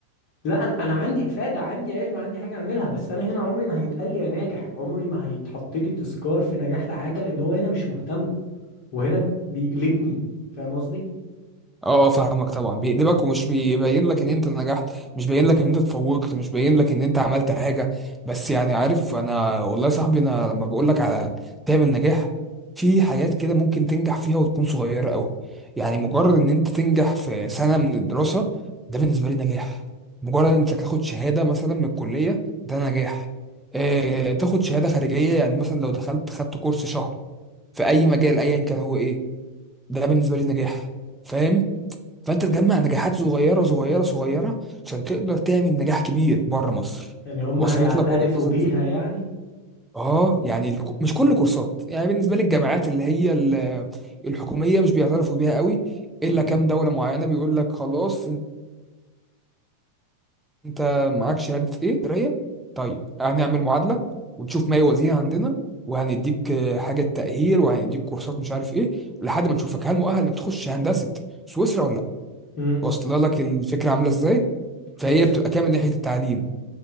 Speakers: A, on the left (about 40°); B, in the centre.
A: لا انا انا عندي افاده عندي علم عندي حاجه اعملها بس انا هنا عمري ما هيتقال لي يا ناجح عمري ما هيتحط لي تذكار في نجاح لحاجه لان هو هنا مش مهتم وهنا بيقلبني فاهم قصدي
B: اه اه فاهمك طبعا بيقلبك ومش بيبين لك ان انت نجحت مش باين لك ان انت اتفوقت مش باين لك ان انت عملت حاجه بس يعني عارف انا والله يا صاحبي انا لما بقول لك على تعمل نجاح في حاجات كده ممكن تنجح فيها وتكون صغيره قوي يعني مجرد ان انت تنجح في سنه من الدراسه ده بالنسبه لي نجاح مجرد انك تاخد شهاده مثلا من الكليه ده نجاح اه تاخد شهاده خارجيه يعني مثلا لو دخلت خدت كورس شهر في اي مجال ايا كان هو ايه ده بالنسبه لي نجاح فاهم فانت تجمع
A: آه،
B: نجاحات صغيره صغيره صغيره عشان تقدر تعمل نجاح كبير بره مصر
A: يعني هم
B: وصلت
A: هيعترفوا
B: لك وجهه نظري
A: بيها
B: في
A: يعني
B: اه يعني الك- مش كل
A: مم.
B: كورسات يعني بالنسبه للجامعات اللي هي ال- الحكوميه مش بيعترفوا بيها قوي الا
A: مم.
B: كام دوله معينه بيقول لك خلاص انت معاك شهاده ايه دريه طيب هنعمل معادله ونشوف ما يوازيها عندنا وهنديك آه، حاجه تاهيل وهنديك كورسات مش عارف ايه لحد ما نشوفك هل مؤهل انك تخش هندسه سويسرا ولا
A: مم.
B: واصله لك الفكره عامله ازاي فهي
A: وصل
B: بتبقى كامل ناحيه التعليم